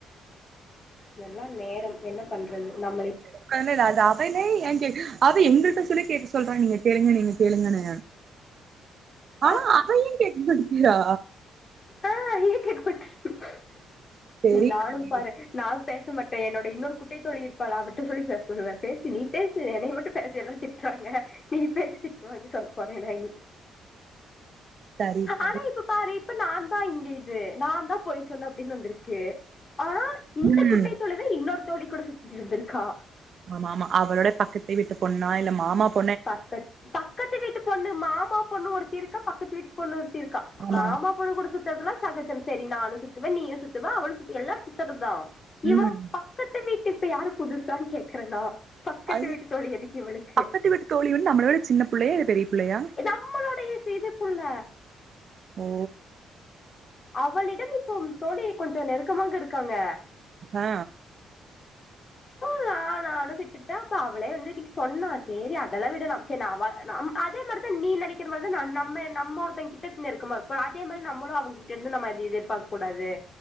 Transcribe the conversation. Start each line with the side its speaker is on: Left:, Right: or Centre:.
Left: எல்லாம் நேரம் என்ன பண்றது நம்மளை
Right: ஒடனே அது அவனே எங் அவ எங்கள்ட்ட சொல்லி கேக்க சொல்றா நீங்க கேளுங்க நீங்க கேளுங்கன்னு
Left: <unintelligible>
Right: ஆனா
Left: அப்ப
Right: அவ ஏ கேக்க மாட்டிக்கிறா
Left: ஆ இங்க <unintelligible>
Right: தெரியல
Left: நானு பர நா பேச மாட்ட என்னோட இன்னொரு குட்டைத் தோழி இருப்பா அவட்ட சொல்லி பேச சொல்லுவ பேசு நீ பேசு என்னைய மட்டு எல்லா திட் காங்க நீ பேசி திட்டுவாங்கு சொல்ல போற நா இனி
Right: சரி சரி
Left: ஆனா இப்ப இப்ப நா தா இங்க இது நா தா பொய் சொன்ன அப்டின்னு வந்துருக்கு ஆனா
Right: இல்லே
Left: தொழுது இன்னொரு தோழி கூட சுத்திட்டு இருந்திருக்கா
Right: ஆமாமா அவரோட பக்கத்து விட்டு பொண்ணா இல்ல மாமாப்
Left: பக்கத் பக்கத்து வீட்டு பொண்ணு மாமா பொண்ணு ஒருத்தி இருக்கா பக்கத்து வீட்டு பொண்ணு ஒருத்தி இருக்கா
Right: ஆமா
Left: மாமா
Right: ஆமா
Left: பொண்ணு கூட சுத் தரதெல்லா சகஜம் சரி நானு சுத்துவே நீயு சுத்துவ அவளு சுத்து எல்லாரு சுத்துறதா இவ
Right: ம்
Left: பக் கத்து வீட்டுக்கு இப்ப யாரு புதுசான் கேக்குறேனா பக்கத்து
Right: அது
Left: வீட்டு தோழி எதுக்கு இவளுக்கு
Right: பக்கத்து வீட்டு தோழி வந்து நம்மளோட சின்ன புள்ளையா இல்ல பெரிய புள்ளையா
Left: நம்மளுடய இது புள்ள
Right: ஓ
Left: அவளிடம் இப்போ தோழி கொஞ்ச நெருக்கமாக இருக்காங்க
Right: ஆ
Left: ஆனா நானு விட்டுட்ட அப்ப அவளே வந்து நீ சொன்னா செரி அதெல்லா விடு நா செரி நா அவ நம் அதே மா தா நீ நனக் கீற மாதிரிதா ந நம்ம நம்ம ஒருத்தங் கிட்ட நெருக்கமா இருப்போ அதே மாரி நம்மளு அவங்கிட்ட இருந்து நம்ம அது எதிர்பாக்க கூடாது